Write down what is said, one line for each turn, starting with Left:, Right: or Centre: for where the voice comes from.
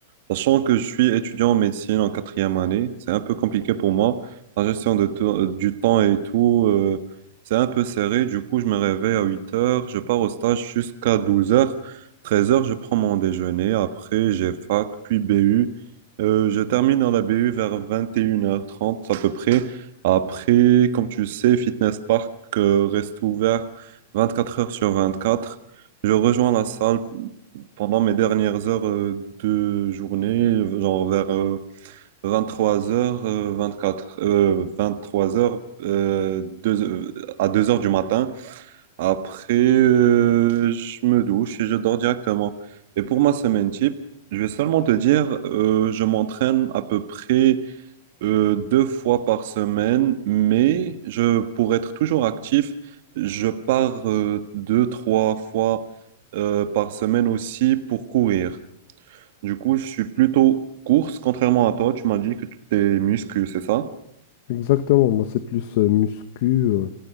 Right: Sachant que je suis étudiant en médecine en quatrième année, c'est un peu compliqué pour moi. La gestion de te- du temps et tout, euh, c'est un peu serré. Du coup, je me réveille à 8 heures, je pars au stage jusqu'à 12 heures. treize heures, je prends mon déjeuner. Après, j'ai fac, puis BU. Euh, je termine à la BU vers vingt et une heures trente à peu près. Après, comme tu sais, Fitness Park, euh, reste ouvert 24 heures sur 24. Je rejoins la salle pendant mes dernières heures euh, de journée, genre vers 23h, 24, euh, 23h euh, deux- euh, à 2h du matin. Après, euh, je me douche et je dors directement. Et pour ma semaine type, je vais seulement te dire, euh, je m'entraîne à peu près euh, deux fois par semaine, mais je, pour être toujours actif, je pars euh, deux, trois fois euh, par semaine aussi pour courir. Du coup, je suis plutôt course, contrairement à toi. Tu m'as dit que tu tes muscles, c'est ça?
Left: Exactement, moi c'est plus euh, muscu, euh,